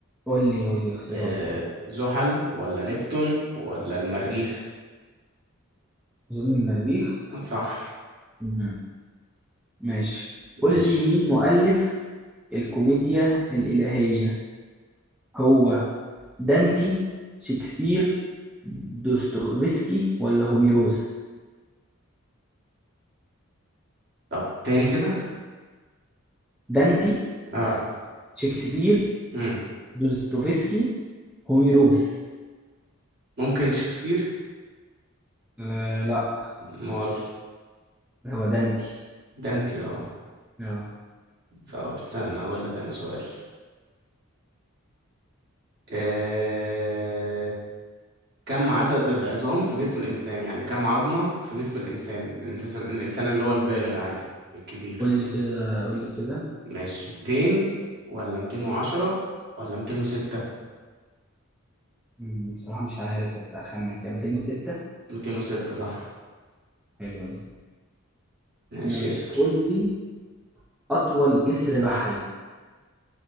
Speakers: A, in the centre; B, on the right.
A: قول لي قول لي اختيارات
B: آه
A: اه
B: زحل ولا نبتون ولا المريخ
A: أظن المريخ
B: آه، صح
A: مم. ماشي
B: ماشي
A: قول لي مين مؤلف الكوميديا الإلهية هو دانتي شكسبير دوستويفسكي ولا هوميروس
B: طب تاني كده
A: دانتي
B: اه
A: شكسبير
B: مم.
A: دوستويفسكي هوميروس
B: ممكن شكسبير
A: آه لا
B: مال
A: هو دانتي
B: ده انتي اه
A: اه
B: طب استنى اقول لك انا سؤال آه... كم عدد العظام في جسم الانسان يعني كم عظمة في جسم الانسان الانسان الانسان اللي هو البالغ عادي الكبير
A: قول لي كده قول لي كده
B: ماشي 200 ولا 210 ولا 206
A: مم، بصراحة مش عارف بس هخمن كده 206
B: 206 صح
A: حلوة دي
B: ماشي
A: ماشي
B: اسأل
A: قول لي أطول جسر بحري